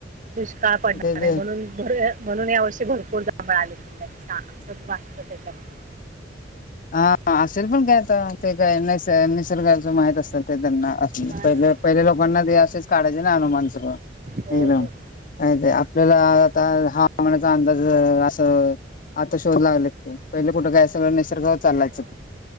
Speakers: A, on the right; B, on the left.
A: दुष्काळ पडणारय
B: ते ते
A: म्हणून भर म्हणून या वर्षी भरपूर जांभळ आले असं वाटलं त्याच्यामध्ये.
B: हा असेल पण काय आता ते काय नैस निसर्गाच माहित असत त्यांना अस
A: हा
B: पहिल
A: ना
B: पहिल्या लोकांना ते असेच काढायचे ना अनुमान सगळा
A: हो
B: एकदम
A: हो
B: का ते आपल्याला
A: तसंच
B: आता हा <unintelligible> अंदाज अस आता शोध लागलेत ते, पहिल कुठे काय सगळ निसर्ग चाललायचं
A: हो